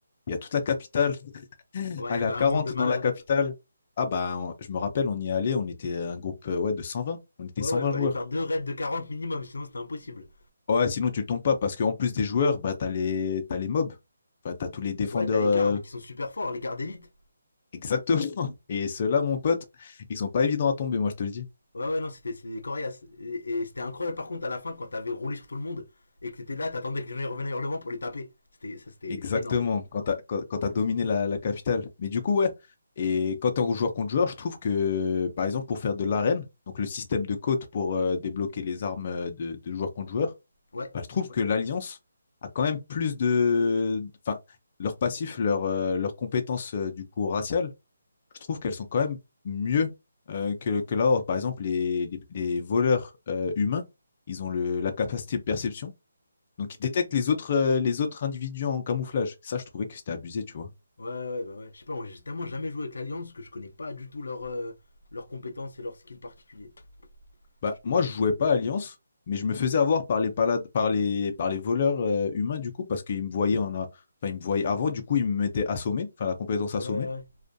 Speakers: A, on the left; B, on the left.
A: il y a toute la capitale. <laughs>
B: Ouais,
A: Aller
B: il y avait
A: à
B: un
A: 40
B: monde de malades.
A: dans la capitale.
B: hein.
A: Ah bah, on- je me rappelle, on y est allé, on était un groupe euh, ouais, de cent vingt On était
B: Ouais,
A: cent
B: ouais,
A: vingt
B: fallait
A: joueurs.
B: faire deux raids de 40 minimum, sinon c'était impossible.
A: Ouais, sinon tu tombes pas parce qu'en plus des joueurs, bah, t'as les, t'as les mobs. Enfin, t'as tous les défendeurs.
B: Ouais, t'as les
A: euh,
B: gardes qui sont super forts, les gardes élites.
A: Exactement. <laughs> Et ceux-là, mon pote, ils sont pas évidents à tomber, moi, je te le dis.
B: Ouais, ouais, non, c'était c'était coriace. Et, et c'était incroyable, par contre, à la fin, quand t'avais roulé sur tout le monde et que t'étais là, t'attendais que les gens ils revenaient hurlement pour les taper. C'était, ça, c'était
A: Exactement,
B: énorme.
A: quand tu as, quand, quand t'as dominé la, la capitale. Mais du coup, ouais. Et quand tu es en joueur contre joueur, je trouve que, par exemple, pour faire de l'arène, donc le système de côte pour euh, débloquer les armes euh, de, de joueur contre joueur,
B: Ouais.
A: bah, je trouve que l'Alliance a quand même plus de... Enfin, leur passif, leur, euh, leurs compétences euh, du coup raciales, je trouve qu'elles sont quand même mieux euh, que, que la Horde. Par exemple, les, les, les voleurs euh, humains, ils ont le, la capacité de perception donc, il détecte les autres, euh, les autres individus en camouflage. Ça, je trouvais que c'était abusé, tu vois.
B: Ouais, ouais, bah ouais. Je sais pas, moi, j'ai tellement jamais joué avec l'Alliance que je connais pas du tout leurs euh, leurs compétences et leurs skills particuliers.
A: Bah,
B: Je connais
A: moi,
B: pas.
A: je jouais pas à Alliance, mais je me faisais avoir par les, palades, par les, par les voleurs euh, humains, du coup, parce qu'ils me voyaient en, a- enfin, ils me voyaient avant, du coup, ils me mettaient assommé, enfin, la compétence
B: Ouais,
A: assommée.
B: ouais,